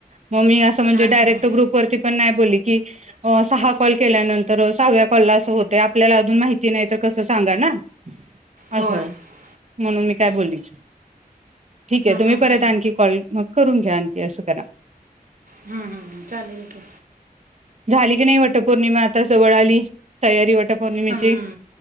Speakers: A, on the right; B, on the right.
A: म मी अस अस म्हणजे
B: हां हां
A: डायरेक्ट
B: हां
A: ग्रुप वरती पण नाय बोलली की अह सहा कॉल केल्यानंतर सहाव्या कॉलला असं होतं आपल्याला अजून माहिती नाही तर कसं सांगा ना हम्
B: होय
A: असं
B: हां
A: म्हणून मी काय बोललीच ठीक आहे तुम्ही
B: हां
A: परत
B: हां
A: आणखी कॉल मग करून घ्या आणखी असं करा
B: हं, चालेल की.
A: झाली की नाही वटपौर्णिमा आता जवळ आ ली तयारी वट पौर्णिमेची
B: हं.